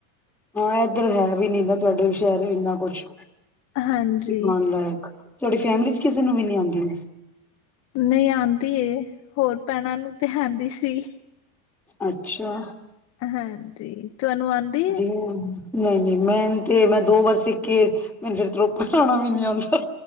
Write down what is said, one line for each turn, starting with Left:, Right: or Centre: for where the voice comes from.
Centre: ਹਾਂ ਇੱਧਰ ਹੈ ਵੀ ਨੀ ਨਾ ਤੁਆਡੇ ਸ਼ਹਿਰ ਇੰਨਾ ਕੁਛ
Left: ਹਾਂਜੀ
Centre: ਸਿਖਾਣ ਲਾਇਕ। ਤੁਆਡੀ ਫੈਮਿਲੀ ਚ ਕਿਸੇ ਨੂੰ ਵੀ ਨੀ ਆਂਦੀ।
Left: ਨਈ ਆਂਦੀ ਏ ਹੋਰ ਭੈਣਾਂ ਨੂੰ ਤੇ ਆਂਦੀ ਸੀ।
Centre: ਅੱਛਾ
Left: ਹਾਂਜੀ, ਤੁਆਨੂੰ ਆਂਦੀ ਏ।
Centre: <unintelligible> ਨਈ-ਨਈ ਮੈਨ ਤੇ ਮੈਂ ਦੋ ਵਾਰ ਸਿੱਖੀ ਏ ਮੈਨ ਫੇਰ ਤਰੋਪਾ ਲਾਣਾ ਵੀ ਨੀ ਆਂਦਾ।